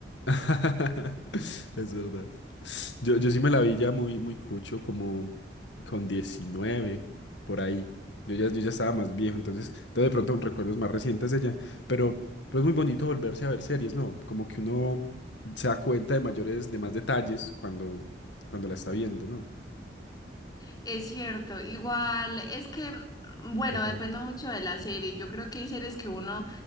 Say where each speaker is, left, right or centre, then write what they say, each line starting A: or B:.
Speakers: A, on the left (about 75°); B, on the left (about 20°).
A: <laughs> Es verdad. Yo, yo sí me la vi ya muy, muy cucho, como con 19 por ahí. Yo ya, yo ya estaba más viejo, entonces, entonces de pronto recuerdos más recientes de ella. Pero, pero es muy bonito volverse a ver series, ¿no? Como que uno se da cuenta de mayores, de más detalles cuando, cuando la está viendo, ¿no?
B: Es cierto, igual es que, bueno,
A: Ajá.
B: depende mucho de la serie. Yo creo que hay series que uno,